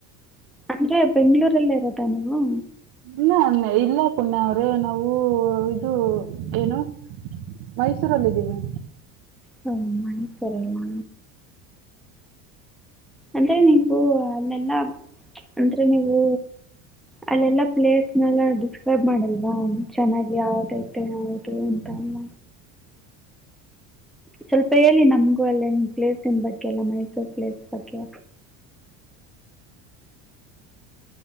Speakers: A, in the centre; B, on the right.
A: ಅಂದ್ರೆ ಬೆಂ್ಗಳೂರಲ್ಲೇ ಇರದಾ ನೀವು
B: ಇಲ್ಲ ಇಲ್ಲ ಪುಣ್ಯ ಅವ್ರೆ ನಾವು ಇದು ಏನು ಮೈಸೂರಲ್ಲಿದ್ದೀವಿ
A: ಹ ಮನಸರಲ್ಲಾ ಅಂದ್ರೆ ನೀವು ಅಲ್ಲೆಲ್ಲ ಅಂದ್ರೆ ನೀವು ಅಲ್ಲೆಲ್ಲಾ ಪ್ಲೇಸ್ನೆಲ್ಲ ಡಿಸ್ಕ್ರೈಬ್ ಮಾಡಲ್ವಾ ಚೆನ್ನಾಗಿ ಯಾವದ ಯಾದು ಅಂತ
B: <inaudible>
A: ಎಲ್ಲ ಸ್ವಲ್ಪ ಹೇಳಿ ನಮ್ಗೂ ಅಲ್ಲ ಪ್ಲೇಸನ್ ಬಗ್ಗೆ ಎಲ್ಲ ಮೈಸೂರ್ ಪ್ಲೇಸ್ ಬಗ್ಗೆ